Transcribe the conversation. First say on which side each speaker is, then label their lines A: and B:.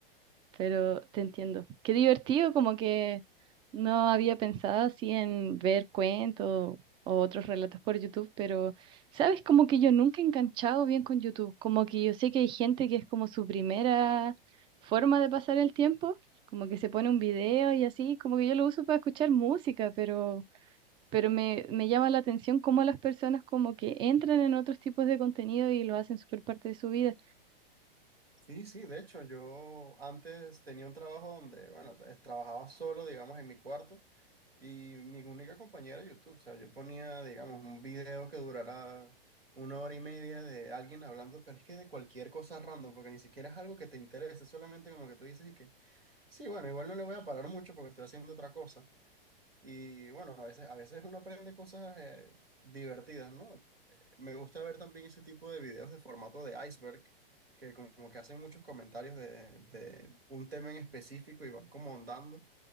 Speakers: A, on the right (about 20°); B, on the right (about 85°).
A: pero te entiendo. Qué divertido, como que no había pensado así en ver cuentos o otros relatos por YouTube, pero sabes, como que yo nunca he enganchado bien con YouTube, como que yo sé que hay gente que es como su primera forma de pasar el tiempo, como que se pone un video y así, como que yo lo uso para escuchar música, pero... Pero me, me llama la atención cómo las personas como que entran en otros tipos de contenido y lo hacen súper parte de su vida.
B: Sí, sí, de hecho, yo antes tenía un trabajo donde, bueno, eh, trabajaba solo, digamos, en mi cuarto y mi única compañera era YouTube. O sea, yo ponía, digamos, un video que durara una hora y media de alguien hablando, pero es que de cualquier cosa random, porque ni siquiera es algo que te interese, solamente como que tú dices y que, sí, bueno, igual no le voy a parar mucho porque estoy haciendo otra cosa. Y bueno, a veces, a veces uno aprende cosas eh, divertidas, ¿no? Eh, Me gusta ver también ese tipo de videos de formato de iceberg, que como que hacen muchos comentarios de, de un tema en específico y van como ahondando.